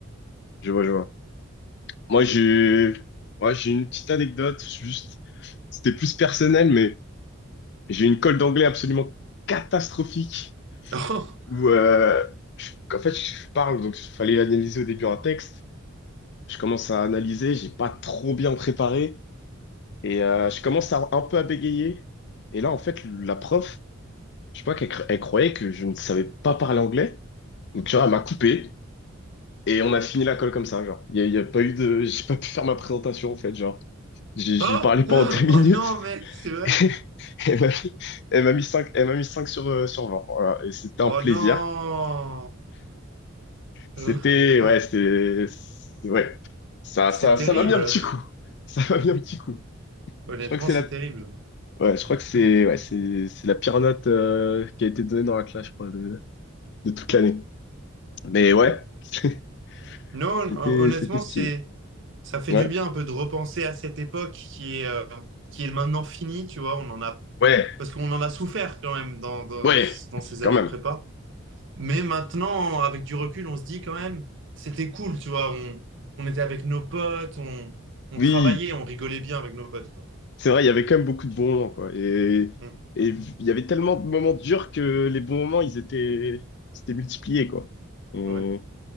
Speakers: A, on the left (about 55°); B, on the right (about 60°).
A: Je vois, je vois. Moi, j'ai, moi, j'ai une petite anecdote, juste, c'était plus personnel, mais j'ai une colle d'anglais absolument catastrophique.
B: <laughs>
A: où euh, je- en fait je parle, donc il fallait analyser au début un texte. Je commence à analyser, j'ai pas trop bien préparé et euh, je commence à, un peu à bégayer. Et là en fait la prof, je sais pas qu'elle cr- elle croyait que je ne savais pas parler anglais, donc tu vois elle m'a coupé et on a fini la colle comme ça genre. Il y, a il y a pas eu de, j'ai pas pu faire ma présentation en fait genre. J'ai j'ai
B: Oh,
A: parlé pendant
B: oh,
A: deux minutes.
B: oh non, mec, c'est vrai.
A: <laughs> Elle m'a elle m'a mis 5, elle m'a mis 5 sur, euh, sur 20. Voilà. Et c'était
B: Oh
A: un plaisir.
B: non.
A: C'était,
B: Euh, ah,
A: ouais, c'est, c'est- ouais, ça,
B: c'est
A: ça,
B: terrible.
A: ça m'a mis un petit coup. Ça m'a mis un petit coup.
B: Honnêtement,
A: Je crois que c'est
B: c'est
A: la,
B: terrible.
A: ouais, je crois que c'est, ouais, c'est, c'est la pire note euh, qui a été donnée dans la classe, je crois, de, de toute
B: Mm.
A: l'année. Mais ouais, <laughs>
B: Non,
A: c'était,
B: hon- honnêtement,
A: c'était stylé.
B: c'est, ça fait
A: Ouais,
B: du bien un peu de repenser à cette époque qui est, euh, qui est maintenant finie, tu vois. On en a,
A: ouais,
B: parce qu'on en a souffert quand même dans, dans,
A: ouais,
B: dans ces
A: quand
B: années
A: même.
B: de prépa. Mais maintenant, avec du recul, on se dit quand même, c'était cool, tu vois. On, on était avec nos potes, on, on
A: Oui,
B: travaillait, on rigolait bien avec nos potes, quoi.
A: c'est vrai, il y avait quand même beaucoup de bons moments, quoi. Et,
B: Mm,
A: et il y avait tellement de moments durs que les bons moments, ils étaient, c'était multipliés, quoi. On
B: ouais.